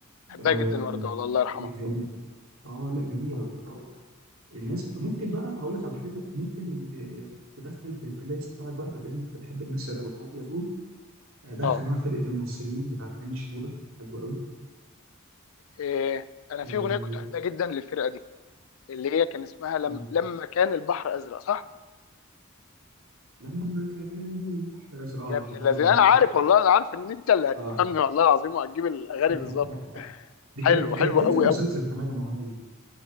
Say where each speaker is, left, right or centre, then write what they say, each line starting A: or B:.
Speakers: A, on the left; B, on the right.
A: بحبها
B: آه،
A: جدا ورده والله الله يرحمها
B: ايه تاني اه لا جميلة اه الناس بقى- ممكن بقى هقول لك على حاجة ممكن آه تدخل في البلاي ليست بتاعك بقى لأنك بتحب الناس أو الهادية دول آه، دخل
A: اه
B: معاها فرقة المصريين بتاعت هاني شنودة حلوة قوي
A: إيه انا
B: يعني
A: في اغنيه كنت بحبها جدا للفرقه دي اللي هي كان اسمها لم...
B: مم.
A: لما كان البحر ازرق صح
B: لما كان البحر أزرق اه
A: يا
B: بحبها
A: ابن الذين
B: لو هي
A: انا عارف
B: عارفها
A: والله انا عارف ان انت اللي هتفهمني
B: اه
A: والله العظيم وهتجيب الاغاني
B: <laughs>
A: بالظبط
B: دي
A: حلو
B: كانت كانت
A: حلو قوي
B: تتر مسلسل
A: قوي
B: كمان الاغنيه دي